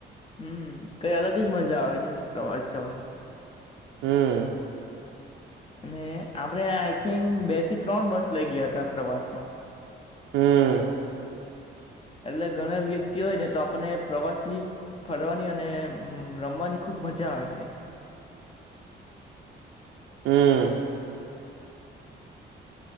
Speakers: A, on the left; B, on the right.
A: હમ કાંઈ અલગ જ મજા આવે છે પ્રવાસ જવાની
B: હમ
A: અને આપણે આઈ થિંક બે થી ત્રણ બસ લઇ ગયાતા પ્રવાસમાં
B: હમ
A: એટલે ઘણા વ્યક્તિ હોય ને તો આપણને પ્રવાસની ફરવાની અને રમવાની ખૂબ મજા આવે છે.
B: હમ